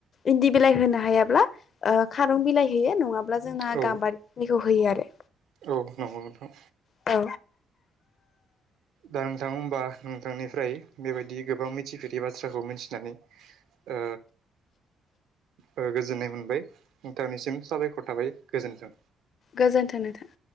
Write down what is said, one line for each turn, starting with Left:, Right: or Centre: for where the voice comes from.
Left: इन्दि बिलाइ होनो हायाब्ला ओ खारुं बिलाइ होयो नङाब्ला जोंङा
Right: औ
Left: गाम्बारि निखौ होयो आरो।
Right: औ नंगौ नोंथां।
Left: औ
Right: दा नोंथां होमबा नोंथांनिफ्राय बेबायदि गोबां मिथिफेरै बाथ्राखौ मिथिनानै ओ ओ गोजोननाय मोनबाय। नोंथांनिसिम साबायखर थाबाय गोजोन्थों।
Left: गोजोनथो नोथां।